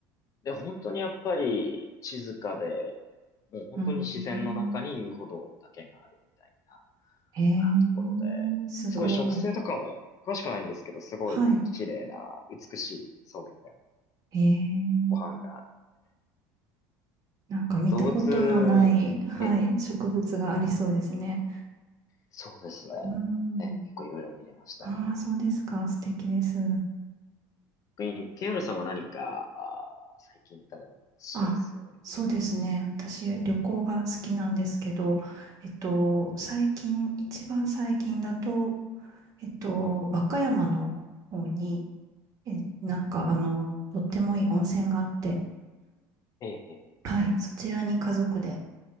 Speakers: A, on the left; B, on the right.
A: で、本当にやっぱり静かで、もう本当に自然の中に遊歩道だけがあるみたいな
B: うーん。へ
A: あところで、
B: え、すごい。
A: すごい植生とかも詳しくないんですけど、すごい綺麗な美しい草原で
B: はい。へえ、
A: ご飯が
B: なんか見たことのない、
A: 動物も、
B: はい、
A: ええ、
B: 植物がありそうですね。
A: そうですね。
B: うーん。
A: ええ、結構いろいろ見れましたね。
B: ああ、そうですか。素敵です。
A: 逆に KR さんは何か、あー、最近行ったでもいいですし、
B: あ、
A: おすすめの旅行先でした
B: そうですね。私、旅行が好きなんですけど、えっと、
A: え
B: 最近、一番最近だと、えっと、和歌山の方に、え、なんか、あの、とってもいい温泉があって、
A: え、ええ、
B: はい、そちらに家族で、